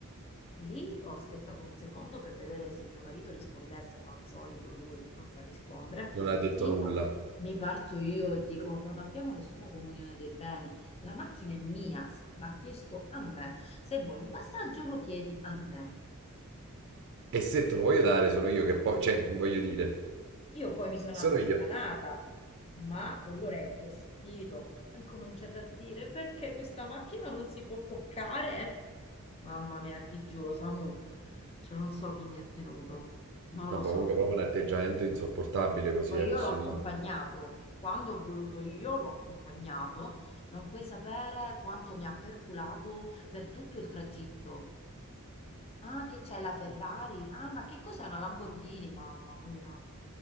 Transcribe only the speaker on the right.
non ha detto
nulla.
E se te lo voglio dare, sono io che poi, cioè, <laughs> voglio dire,
sono
io.
No,
ma
comunque è proprio un atteggiamento insopportabile così,
eh,
posso
dire.